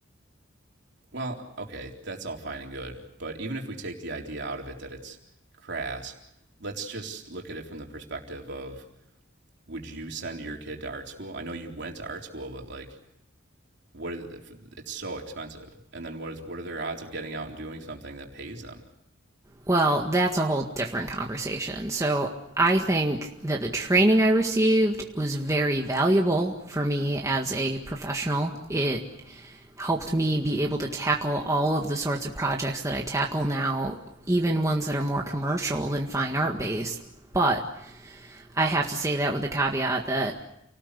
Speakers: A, on the right; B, on the right.
A: Well, okay, that's all fine and good, but even if we take the idea out of it that it's crass, let's just look at it from the perspective of would you send your kid to art school? I know you went to art school, but like, what is it's so expensive? And then what is what are their odds of getting out and doing something that pays them?
B: Well, that's a whole different conversation. So I think that the training I received was very valuable for me as a professional. It helped me be able to tackle all of the sorts of projects that I tackle now, even ones that are more commercial than fine art based. But I have to say that with the caveat that